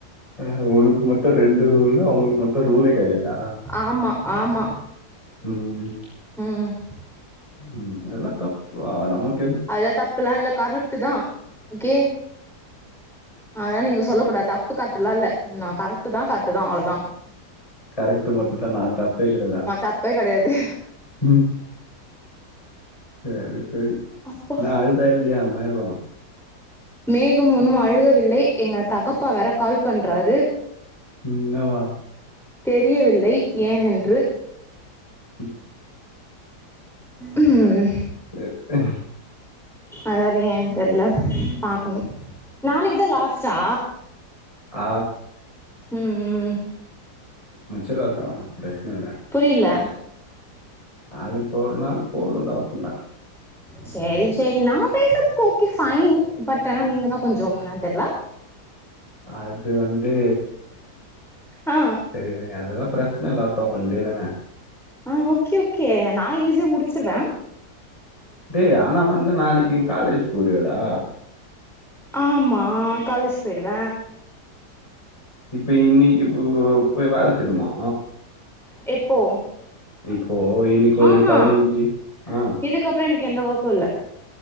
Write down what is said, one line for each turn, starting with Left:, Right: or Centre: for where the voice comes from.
Left: ஆ உனக்கு மட்டு ரெண்டு ரூலு அவுங்களுக்கு மட்டு ரூலே கெடையாதா
Centre: ஆமா ஆமா
Left: ம் ம்
Centre: ம்
Left: ம் இதெல்லா தப்பு நமக்
Centre: அதெலா தப்புலா இல்ல கரெக்ட்டுதா ஓகே அதலா நீங்க சொல்ல கூடாது தப்பு கர்ட்லா இல்ல ந கரெக்ட்தா கரெக்டுதா அவ்ளதா
Left: கரெக்ட்டு மட்டுந்தானா தப்பே கெடயாதா
Centre: தப்பே கெடையாது
Left: ம் சரி சரி
Centre: அப்பா
Left: என்ன அழுதா இல்லையா மேகோ
Centre: மேகம் ஒன்னும் அழுகவில்லை எங்க தகப்பா வேற கால் பண்றாரு
Left: ம் என்னவா
Centre: தெரியவில்லை ஏனென்று
Left: ஹம்
Centre: ம்
Left: சரி.
Centre: அவர் ஏன் தெர்ல பா க்கனு நாளைக்குதா லாஸ்ட்டா
Left: ஆ
Centre: ம் ம்
Left: மச்சலாதா ப்ரச்ன இல்ல
Centre: புரியில்ல
Left: நாளைக் ஒரு நாள் போதுன்டா வசந்தா
Centre: செரி செரி நா பேசுறதுக்கு ஓகே ஃபைன் பட் ஆனா நீங்கதா கொஞ்சம் என்னான் தெர்ல
Left: அது வந்து
Centre: ஆ
Left: செரி விடுங்க அதெலா பிரச் னல ட்டோ ஒன்டே தான
Centre: ஆ ஓகே ஓகே நா ஈஸியா முடிச்சிருவே
Left: டே ஆனா வந்து நாளைக்கு நீ காலேஜ் போலியாடா
Centre: ஆமா காலேஜ் போயிடுவ
Left: இப்ப இன்னைக்கு இப்ப போய் வேல செய்ணுமா
Centre: எப்போ
Left: இப்போ இனி கொரு
Centre: ஆஹா
Left: பதினஞ்சு ஆ
Centre: இதுக்கப்றோ எனக்கு எந்த ஒர்க்கு இல்ல